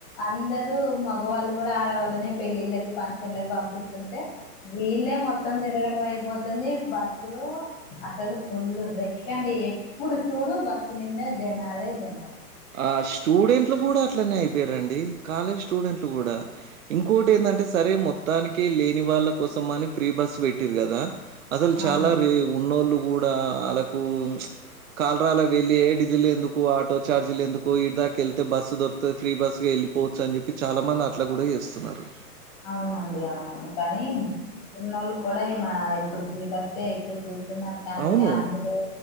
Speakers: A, on the left; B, on the right.
A: అందరూ మగవాళ్ళు కూడా ఆడవాళ్ళనే పెళ్ళిళ్ళకి ఫంక్షన్ లకి పంపిస్తుంటే వీళ్లే మొత్తం తిరగ అయిపోతుంది బస్సు లో అసలు ఫుల్ రష్ అండి ఎప్పుడు చూడు బస్సు నిండా జనాలే జనాలు
B: ఆ స్టూడెంట్లు కూడా అట్లనే అయిపోయిరండి కాలేజ్ స్టూడెంట్లు కూడా ఇంకోటి ఏందంటే సరే మొత్తానికి లేని వాళ్ళ కోసం అని ఫ్రీ బస్ పెట్టిరు కదా అసలు
A: అవును
B: చాలా రే ఉన్నోళ్ళు కూడా వాళ్ళకు కాల్రాల వెళ్ళి ఎ డిజిల్ ఎందుకు ఆటో ఛార్జీలు ఎందుకు ఈడిదాకా వెళ్తే బస్సు దొరికితే ఫ్రీ బస్ కేళ్ళిపోవచ్చు అని చెప్పి చాలా మంది అట్లా కూడా చేస్తున్నారు
A: అవునండి అవును కానీ ఉన్నోళ్లు కూడా ఈమా ఇప్పుడు ఫ్రీ బస్సు ఎక్కి తున్నారు కని
B: అవును.
A: అందులో